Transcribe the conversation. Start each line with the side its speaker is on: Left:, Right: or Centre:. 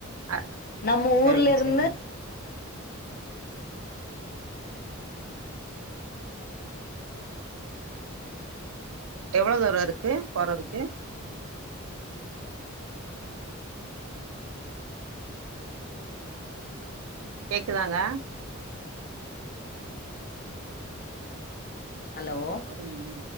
Right: அ
Left: நம்ம
Right: சரிங்க
Left: ஊர்ல இருந்து
Right: சரிங்க எவ்ளோ தூர இருக்கு போறதுக்கு கேக்குதாங்க
Left: ஹலோ
Right: ஒரே